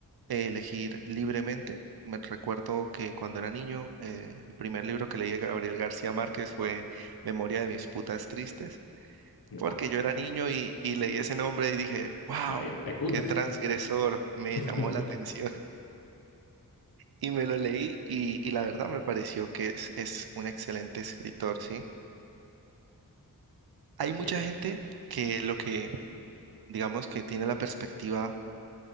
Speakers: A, on the right (about 80°); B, on the left (about 75°).
A: eh, elegir libremente. Me recuerdo que cuando era niño, eh, el primer libro que leí de Gabriel García Márquez fue Memoria de mis putas tristes, porque
B: Ah,
A: yo era niño y, y leí ese nombre y dije, wow,
B: va, hay hay putas.
A: qué transgresor, me
B: <laughs>
A: llamó la atención. <laughs> Y me lo leí y, y la verdad me pareció que es, es un excelente escritor, ¿sí? Hay mucha
B: Bien.
A: gente que lo que, digamos, que tiene la perspectiva